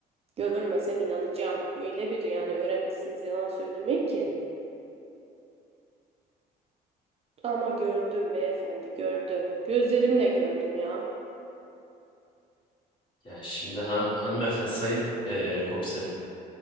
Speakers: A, on the right; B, on the left.
A: Görmesem inanacağım. Öyle bir yani öğrenmişsiniz yalan söylemeyi ki. Ama gördüm beyefendi gördüm. Gözlerimle gördüm ya.
B: Yani şimdi han hanımefendi sayın eee, komiserim.